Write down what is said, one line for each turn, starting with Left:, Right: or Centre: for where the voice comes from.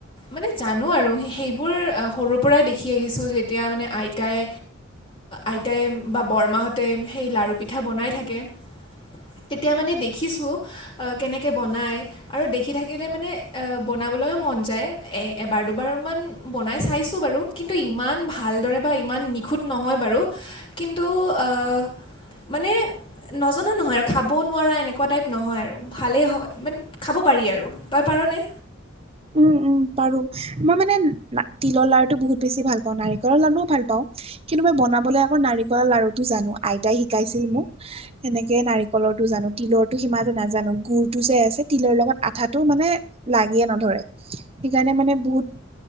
Left: মানে জানো আৰু সে সেই বোৰ সৰুৰ পৰাই দেখি আহিছোঁ যেতিয়া মানে আইতাই আইতাই বা বৰমাহঁতে সেই লাৰু পিঠা বনাই থাকে। তেতিয়া মানে দেখিছো কেনেকে বনাই। আৰু দেখি থাকিলে মানে বনাবলৈও মন যায় এবাৰ দুবাৰমান বনাই চাইছোঁ বাৰু কিন্তু ইমান ভালদৰে বা ইমান নিখুঁত নহয় বাৰু। কিন্তু অঁহ মানে নজনা নহয় আৰু খাবও নোৱাৰা এনেকুৱা টাইপ নহয় আৰু ভালেই হয়। খাব পাৰি আৰু, তই পাৰনে?
Right: উম উম পাৰো, মই মানে তিলৰ লাডটো বহুত বেছি ভাল পাওঁ নাৰিকলৰ লাডুও ভাল পাওঁ। কিন্তু মই বনাবলৈ আকৌ নাৰিকলৰ লাৰুটো জানো আইতাই শিকাইছিল মোক। সেনেকে নাৰিকলৰটো জানো তিলৰটো সিমান নাজানো গুৰতটো যে আছে তিলৰ লগত আঠাটো মানে লাগিয়ে নধৰে, সেইকাৰণে মানে বহুত